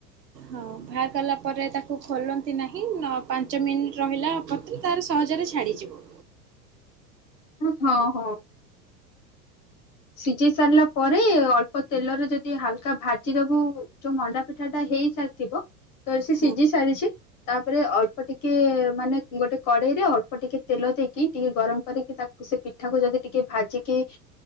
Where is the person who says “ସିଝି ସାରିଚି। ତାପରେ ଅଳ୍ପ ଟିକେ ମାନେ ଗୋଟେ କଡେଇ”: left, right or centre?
Left